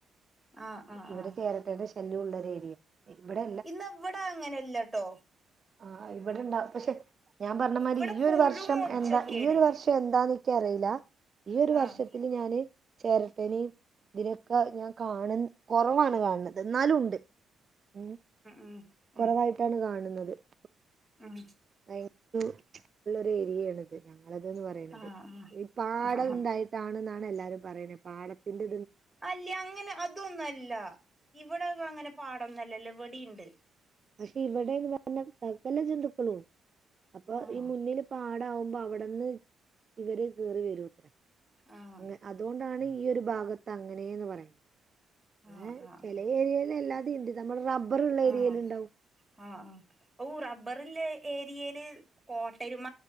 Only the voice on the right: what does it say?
ഇവിടെ
ചേരട്ടെന്റെ കല്ലുള്ളരു ഏരിയ ഇവിടെ
ആഹ് ഇവിടെണ്ടാവ്പക്ഷെ ഞാൻ പറഞ്ഞമാതിരി
ഈയൊരു
വർഷം
എന്താ ഈയൊരു വർഷം എന്താന്ന് ഇക്കറീല്ല ഈ ഒരു
വർഷത്തില് ഞാന് ചേരട്ടനി ഇതിനൊക്കെ ഞാൻ കാണുന് കൊറവാണ് കാണുന്നത് ന്നാലും ഇണ്ട് ഉം
കൊറവായിട്ടാണ്
കാണുന്നത് ഓ
താക് യു ഉള്ളൊരു ഏരിയേണ് ഞങ്ങളത്‌ന്ന് പറയണുന്നത്
ഈ പാടം
ഉണ്ടായിട്ടാണ്ന്നാണ് എല്ലാരും പറ് ണ് പാടത്തിന്റെ
പക്ഷെ ഇവിടെന്ന് പറഞ്ഞ സകല ജന്തുക്കളുണ്ട് അപ്പൊ
ഈ മുന്നിപ്പാട് വിടെ ആവുമ്പോ അവിടെന്ന് ഇവര് കേറി വരൂത്രെ
അ അതുകൊണ്ടാണ് ഈ ഒരു ഭാഗത്ത് അങ്ങനെയന്ന് പറയുന്നത്
എ
ചെലേ ഏരിയൽ എല്ലാ ടീണ്ട് നമ്മ്ടെ റബ്ബ് വറുള്ള ഏരിയൽ
ഉണ്ടാവും